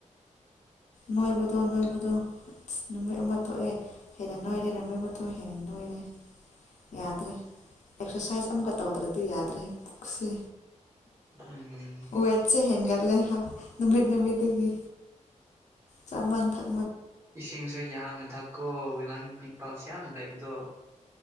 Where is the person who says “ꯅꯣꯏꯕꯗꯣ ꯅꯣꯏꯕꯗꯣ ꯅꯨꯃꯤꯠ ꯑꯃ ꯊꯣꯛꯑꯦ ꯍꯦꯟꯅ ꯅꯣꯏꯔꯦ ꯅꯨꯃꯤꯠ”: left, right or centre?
Left